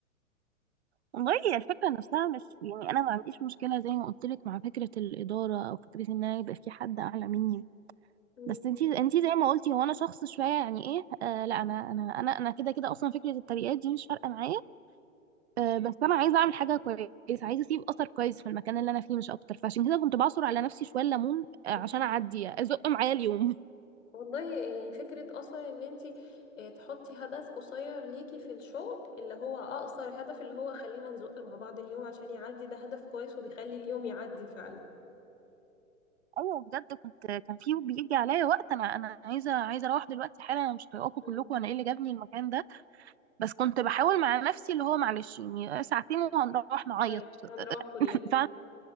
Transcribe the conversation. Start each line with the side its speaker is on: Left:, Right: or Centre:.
Right: والله هي الفكرة نفسها مش يعني أنا ما عنديش مشكلة زي ما قلت لك مع فكرة الإدارة أو فكرة إن أنا يبقى في حد أعلى مني
Left: مم.
Right: بس انتي انتي زي ما قلتي هو أنا شخص شوية يعني إيه آه لا أنا أنا أنا أنا كده كده أصلا فكرة الترقيات دي مش فارقة معايا آه بس أنا عايزة أعمل حاجة كويسة عايزة أسيب أثر كويس في المكان اللي أنا فيه مش أكتر فعشان كده كنت بعصر على نفسي شوية ليمون آه، عشان
Left: مم.
Right: أعدي أزق معايا اليوم
Left: والله يعني فكرة اصلا ان انتي آه، تحطي هدف قصير ليكي في الشغل اللي هو اقصر هدف اللي هو خلينا نزق مع بعض اليوم عشان يعدي ده هدف كويس وبيخلي اليوم يعدي فعلا
Right: ايوه بجد كنت كان في بيجي عليا وقت انا انا عايزه عايزه اروح دلوقتي حالا انا مش طايقاكم
Left: مم.
Right: كلكم انا ايه اللي جابني المكان ده بس كنت بحاول مع نفسي اللي هو معلش يعني ساعتين وهنروح نعيط
Left: طيب هنروح كلنا
Right: <laughs> فعلا